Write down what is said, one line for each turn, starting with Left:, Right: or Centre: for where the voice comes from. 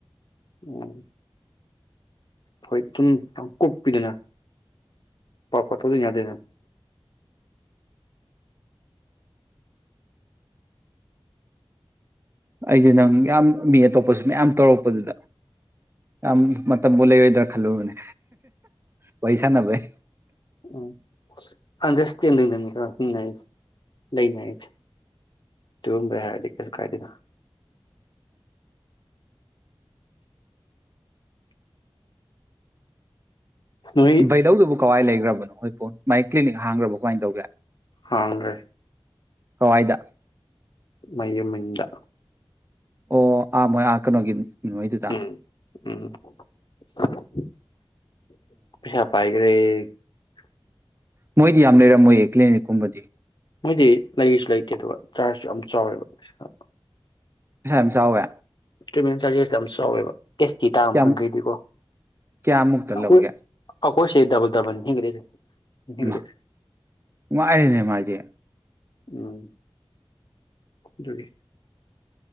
Left: ꯎꯝ ꯍꯣꯏ ꯇꯨꯝ ꯀꯨꯄꯤꯗꯅ ꯄꯥꯄ ꯊꯧꯖꯟ ꯌꯥꯗꯦꯅ
Right: ꯑꯩꯗꯤ ꯅꯪ ꯌꯥꯝ ꯃꯤ ꯑꯇꯣꯞꯄꯁꯨ ꯃꯌꯥꯝ ꯇꯧꯔꯛꯄꯗꯨꯗ ꯌꯥꯝ ꯃꯇꯝꯕꯨ ꯂꯩꯔꯣꯏꯗ꯭ꯔꯥ ꯈꯜꯂꯨꯕꯅꯦ ꯋꯥꯔꯤ ꯁꯥꯟꯅꯕꯩ
Left: ꯎꯝ ꯑꯁ ꯑꯟꯗꯔꯁꯇꯦꯟꯗꯤꯡꯗꯅꯤꯀꯣ ꯍꯤꯡꯅꯩꯁꯦ ꯂꯩꯅꯔꯤꯁꯦ ꯇꯔꯨꯝꯕꯩ ꯍꯥꯏꯔꯗꯤ ꯀꯩꯁꯨ ꯀꯥꯏꯗꯦꯅ ꯅꯣꯏ
Right: ꯕꯩꯗꯧꯗꯨꯕꯨ ꯀꯋꯥꯏ ꯂꯩꯈ꯭ꯔꯕꯅꯣ ꯍꯣꯏ ꯄꯣꯟ ꯃꯥꯏ ꯀ꯭ꯂꯤꯅꯤꯛ ꯍꯥꯡꯈ꯭ꯔꯕꯣ ꯀꯃꯥꯏꯅ ꯇꯧꯒꯦ
Left: ꯍꯥꯡꯒꯔꯦ
Right: ꯀꯋꯥꯏꯗ
Left: ꯃꯌꯨꯝ‌ ꯃꯅꯤꯡꯗ
Right: ꯑꯣ ꯑ ꯃꯣꯏ ꯑ ꯀꯅꯣꯒꯤꯅꯤ ꯏꯃꯣꯏꯗꯨꯗ
Left: ꯎꯝ ꯎꯝ <unintelligible> ꯄꯩꯁꯥ ꯄꯥꯏꯒ꯭ꯔꯦ <unintelligible>
Right: ꯃꯣꯏꯗꯤ ꯌꯥꯝ ꯂꯩꯔꯝ ꯃꯣꯏꯌꯦ ꯀ꯭ꯂꯤꯅꯤꯛ ꯀꯨꯝꯕꯗꯤ
Left: ꯃꯣꯏꯗꯤ ꯂꯩꯁꯨ ꯂꯩꯇꯦ ꯗꯨꯒ ꯆ꯭ꯔꯖꯁꯨ ꯌꯥꯝ ꯆꯥꯎꯋꯦꯕ ꯄꯩꯁꯥ
Right: ꯄꯩꯁꯥ ꯌꯥꯝ ꯆꯥꯎꯋꯦ?
Left: ꯇ꯭ꯔꯤꯠꯃꯦꯟ ꯆꯥꯔꯖꯦꯁꯇꯥ ꯌꯥꯝ ꯆꯥꯎꯋꯦꯕ ꯑꯦꯁ ꯇꯤ ꯇꯕ
Right: ꯀꯌꯥꯝ
Left: ꯈꯪꯈꯩꯗꯤꯀꯣ
Right: ꯀꯌꯥꯃꯨꯛꯇ
Left: ꯑꯈꯣꯏ
Right: ꯂꯧꯒꯦ
Left: ꯑꯈꯣꯏꯁꯦ ꯗꯥꯕꯜ ꯗꯥꯕꯟ ꯍꯦꯟꯒꯠꯂꯤꯁꯦ ꯍꯦꯟꯒꯠꯂꯤꯁꯦ
Right: ꯏꯃꯥ ꯉꯥꯏꯔꯦꯅꯦ ꯃꯥꯥꯏꯗꯤ
Left: ꯎꯝ ꯑꯗꯨꯗꯤ